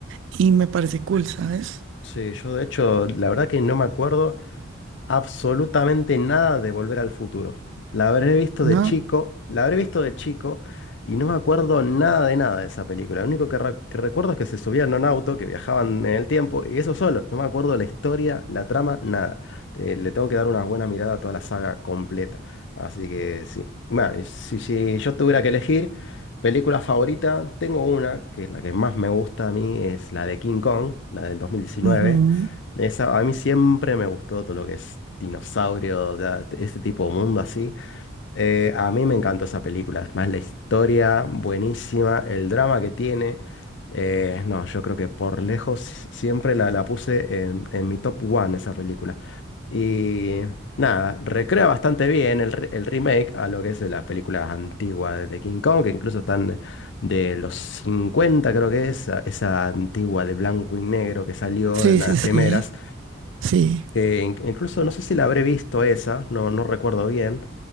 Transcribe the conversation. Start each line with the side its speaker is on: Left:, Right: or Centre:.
Right: y me parece cool, ¿sabes?
Left: Sí, yo de hecho, la verdad que no me acuerdo. absolutamente nada de Volver al Futuro. La habré visto
Right: ¿No?
Left: de chico, la habré visto de chico y no me acuerdo nada de nada de esa película. Lo único que, re- que recuerdo es que se subían a un auto, que viajaban en el tiempo y eso solo. No me acuerdo la historia, la trama, nada. Eh, le tengo que dar una buena mirada a toda la saga completa. Así que sí. Bueno, y si, si yo tuviera que elegir película favorita, tengo una, que es la que más me gusta a mí, es la de King Kong, la del 2019.
Right: Ujú.
Left: Esa, a mí siempre me gustó todo lo que es dinosaurio, o sea, t- este tipo de mundo así. Eh, a mí me encantó esa película, es más la historia buenísima, el drama que tiene. Eh, no, yo creo que por lejos siempre la, la puse en, en mi top one esa película. Y nada, recrea bastante bien el, re- el remake a lo que es de las películas antiguas de King Kong, que incluso están de los 50 creo que es, esa esa antigua de blanco y negro que salió
Right: Sí,
Left: en las
Right: sí, sí,
Left: primeras
Right: sí,
Left: que in- incluso no sé si la habré visto esa, no, no recuerdo bien,